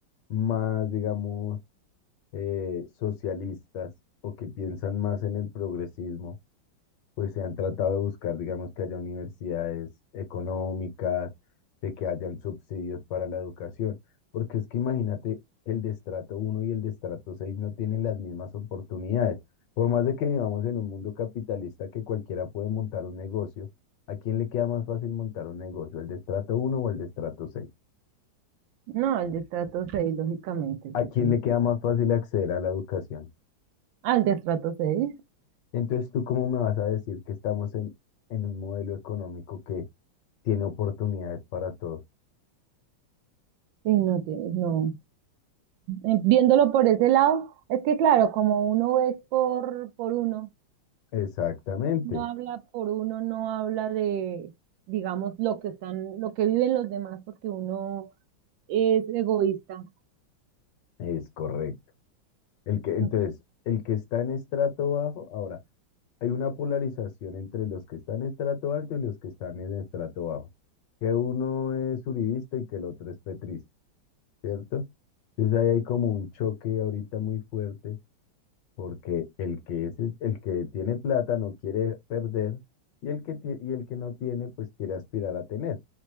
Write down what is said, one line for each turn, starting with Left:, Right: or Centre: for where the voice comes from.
Left: más, digamos, eh, socialistas o que piensan más en el progresismo pues se han tratado de buscar, digamos, que haya universidades económicas, de que hayan subsidios para la educación, porque es que imagínate que el de estrato uno y el de estrato 6 no tienen las mismas oportunidades. Por más de que vivamos en un mundo capitalista que cualquiera puede montar un negocio, ¿a quién le queda más fácil montar un negocio, el de estrato uno o el de estrato seis
Right: No, el destrato seis lógicamente,
Left: ¿A
Right: sí
Left: quién
Right: tienes.
Left: le queda más fácil acceder a la educación?
Right: Ah, el destrato 6
Left: Entonces, ¿tú cómo me vas a decir que estamos en, en un modelo económico que tiene oportunidades para todos?
Right: sí, no tienes, no. Eh, Viéndolo por ese lado, es que claro, como uno es por, por uno,
Left: Exactamente,
Right: uno habla por uno, no habla de, digamos, lo que están, lo que viven los demás, porque uno es egoísta.
Left: es correcto. El que, entonces,
Right: Entonces,
Left: el que está en estrato bajo, ahora, hay una polarización entre los que están en estrato alto y los que están en estrato bajo, que uno es uribista y que el otro es petrista, ¿cierto? Entonces ahí hay como un choque ahorita muy fuerte, porque el que es el que tiene plata no quiere perder y el que tie- y el que no tiene pues quiere aspirar a tener.